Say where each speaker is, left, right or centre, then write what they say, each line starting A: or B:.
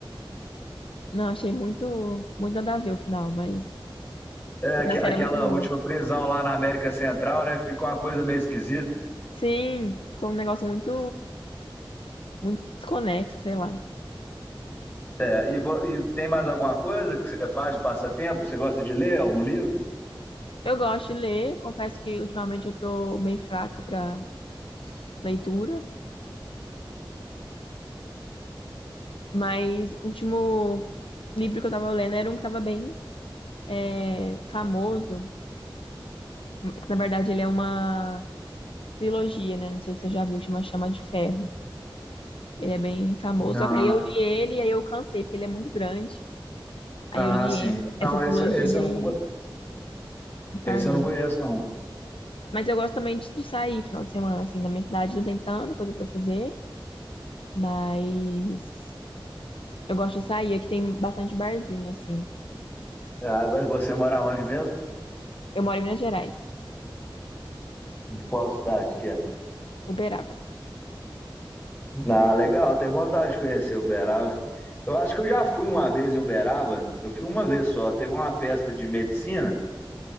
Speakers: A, on the left; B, on the left.
A: Não, achei muito, muito nada a ver o final, mas,
B: É, aque-
A: mas a série
B: aquela
A: é muito boa.
B: última prisão lá na América Central, né? Fica uma coisa meio esquisita.
A: Sim, ficou um negócio muito, muito desconexo, sei lá.
B: É, e, vo- e tem mais alguma coisa que você faz de passatempo? Você gosta de ler algum livro?
A: Eu gosto de ler, confesso que ultimamente eu tô meio fraca pra leitura, mas o último livro que eu tava lendo era um que tava bem é, famoso, É que, na verdade, ele é uma trilogia, né? Não sei se você já viu, chama Chama de Ferro. Ele é bem famoso.
B: Não.
A: Só que aí eu li ele e aí eu cansei, porque ele é muito grande. Aí
B: Ah,
A: eu li
B: sim.
A: esse-
B: Não,
A: essa trilogia
B: esse, esse eu não,
A: e,
B: co-
A: e parei.
B: esse eu não conheço, não.
A: Mas eu gosto também de, de sair final de semana, assim. Na minha cidade não tem tanta coisa pra fazer, mas eu gosto de sair. Aqui tem bastante barzinho, assim.
B: Ah, mas você mora onde mesmo?
A: Eu moro em Minas Gerais,
B: Qual cidade que é?
A: Uberaba.
B: Ah, legal, tem vontade de conhecer Uberaba. Eu acho que eu já fui uma vez em Uberaba. Eu fui uma vez só. Teve uma festa de medicina